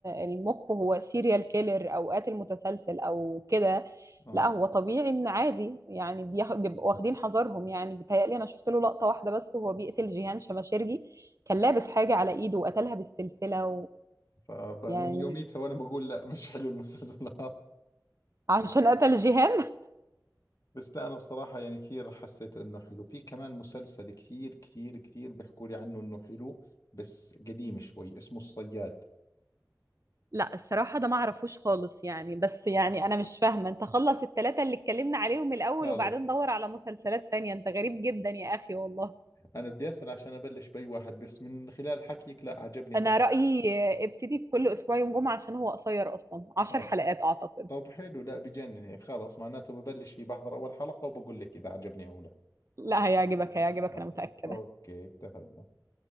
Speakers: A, on the right (about 45°); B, on the left (about 55°).
A: المخ هو سيريال كيلر أو قاتل متسلسل أو كده
B: آه
A: لا هو طبيعي إن عادي يعني بياخ- بيبقوا واخدين حذرهم يعني بيتهيألي أنا شفت له لقطة واحدة بس وهو بيقتل جيهان شماشيرجي كان لابس حاجة على إيده وقتلها بالسلسلة
B: فمن
A: ويعني
B: يوميتها وأنا بقول لا مش حلو المسلسلات
A: عشان قتل جيهان
B: <laughs> بس لا أنا بصراحة يعني كثير حسيت إنه حلو في كمان مسلسل كثير كثير كثير بيحكوا لي عنه إنه حلو بس قديم شوي اسمه الصياد
A: لا الصراحة ده ما اعرفوش خالص يعني بس يعني انا مش فاهمة انت خلص التلاتة اللي اتكلمنا عليهم الاول
B: خلاص
A: وبعدين دور على مسلسلات تانية انت غريب جدا يا اخي والله
B: انا بدي اسال عشان ابلش باي واحد بس من خلال حكيك لا عجبني
A: انا
B: تبع
A: رأيي ابتدي بكل اسبوع يوم جمعة عشان هو قصير اصلا عشر
B: خالد
A: حلقات اعتقد
B: طب حلو لا بجنن هيك خلص معناته ببلش فيه بحضر اول حلقة وبقول لك اذا عجبني او لا
A: لا هيعجبك هيعجبك
B: آه.
A: انا متأكدة
B: اوكي اتفقنا